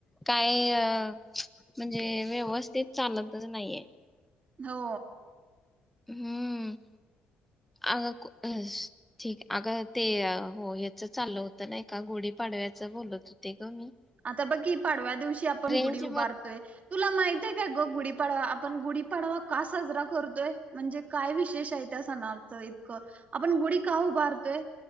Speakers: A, in the centre; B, on the right.
A: काय म्हणजे व्यवस्थित चालतच नाहीये.
B: हो
A: हम्म अग ठीक अग ते हो याच चाललं होत नाही का गोढी पाडव्याच बोलत होते ग मी
B: आता बघ कि पाडव्या दिवशी आपण
A: रेंज
B: गुढी उभारतोय तुला माहित आहे काय ग गुढीपाडवा आपण गुढीपाडवा का साजरा करतोय? म्हणजे काय विशेष आहे त्या सणाचं इतकं आपण गुढी का उभारतोय?